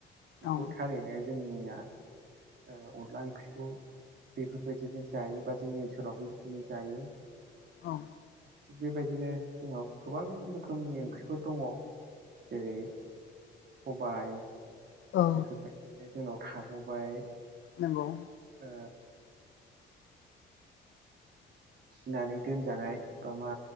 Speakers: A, on the right; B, on the left.
A: नोंगौ
B: औ
A: थारै बे जोंनिया अनला ओंख्रिखौ बेफोरबायदिनो जायो बा जोंनि ओनसोलावबो बिदिनो जायो।
B: औ
A: थिग बेबायदिनो जोंनाव गोबां रोखोमनि ओंख्रि फोर दङ जेरै सबाय
B: औ
A: बेफोरबायदिनो जोंनाव थाबावबाय
B: नंगौ
A: ओ फिनानै दोनजानाय बा मा